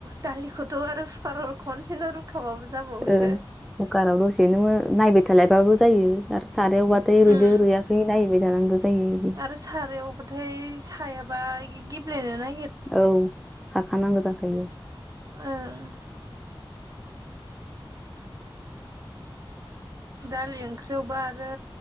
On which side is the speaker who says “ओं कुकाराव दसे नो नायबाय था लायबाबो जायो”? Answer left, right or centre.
Centre